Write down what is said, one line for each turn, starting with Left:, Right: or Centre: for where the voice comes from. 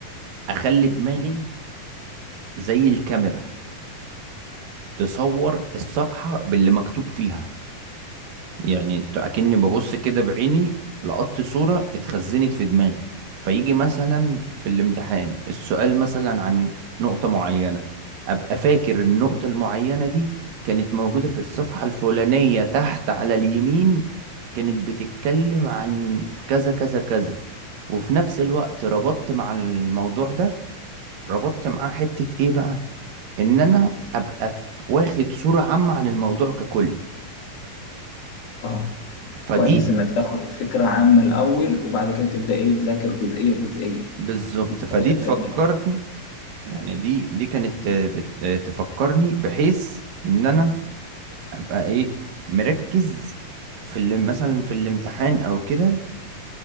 Right: اخلي دماغي زي الكاميرا تصور الصفحة باللي مكتوب فيها يعني ت- اكني ببص كده بعيني لقطت صورة اتخزنت في دماغي فيجي مثلا في الامتحان السؤال مثلا عن نقطة معينة ابقى فاكر النقطة المعينة دي كانت موجودة في الصفحة الفلانية تحت على اليمين كانت بتتكلم عن كذا كذا كذا وفي نفس الوقت ربطت مع الموضوع ده ربطت معاه حتة ايه بقى ان انا ابقى ف- واخد صورة عامة عن الموضوع ككل
Left: اه
Right: فدي
Left: كويس انك تاخد فكره عامه الاول وبعد كده تبدا ايه تذاكر جزئيه جزئيه
Right: بالظبط
Left: بطريقه
Right: فدي تفكرني
Left: جميله خالص
Right: يعني دي دي كانت آه، بت- آه، تفكرني بحيث ان انا ابقى ايه مركز في اللي مثلا في الامتحان او كده